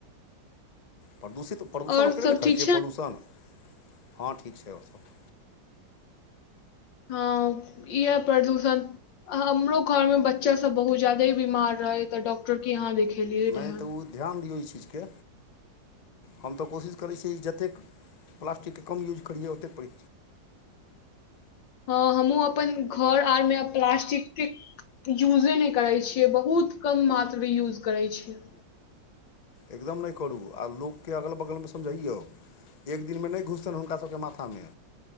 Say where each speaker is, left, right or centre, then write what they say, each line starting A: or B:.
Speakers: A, on the left; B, on the left.
A: प्रदूषित प्रदूषण
B: और
A: ओकरे
B: सब
A: ने कहै
B: ठीक
A: छै पॉलूषण हँ ठीक छै आओर सब।
B: हँ इहे प्रदूषण हमरो घरमे बच्चासभ बहुत ज्यादे बीमार रहै तऽ डॉक्टर की यहाँ देखेलियै
A: नहि
B: रहए
A: तऽ ओ ध्यान दियौ ई चीजके हम तऽ कोशिश करै छी। कि जतेक प्लास्टिकके कम यूज करियै ओतेक प्र
B: हँ हमहुँ अपन घर आर मे प्लास्टिक के यूजे नै करै छियै बहुत कम मात्रमे यूज करैछियै।
A: एकदम नै करू आ लोकके‌ अगल बगलमे समझैयौ। एक दिनमे नै घुसतनि हुनकासभके माथामे